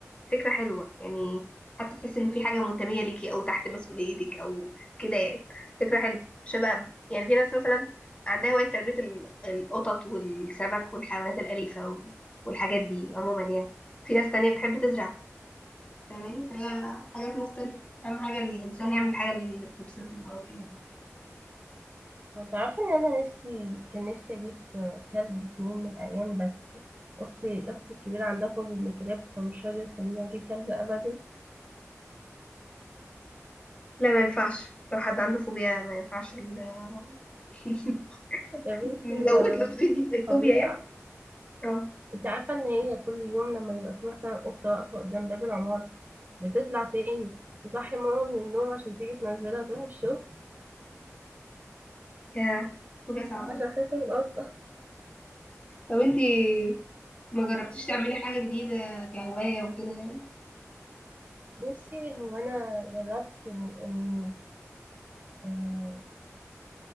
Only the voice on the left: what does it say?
فكرة حلوة يعني حتى تحس ان في حاجة منتمية ليكي او تحت مسؤوليتك او كده يعني فكرة حلوة شبه يعني في ناس مثلا عندها هواية تربية ال- القطط والسمك والحيوانات الأليفة وال- والحاجات دي عموما يعني في ناس تانية بتحب تزرع فاهماني فهي حاجات مختلفة أهم حاجة الإنسان يعمل الحاجة اللي بتبسطه أو كده
لا ما ينفعش لو حد عنده فوبيا ما ينفعش ال- <laughs>
نزود
له الفيديو- الفوبيا
يعني اه
يا فوبيا صعبة
أوي
طب انتي ما جربتيش تعملي حاجة جديدة كهواية وكده يعني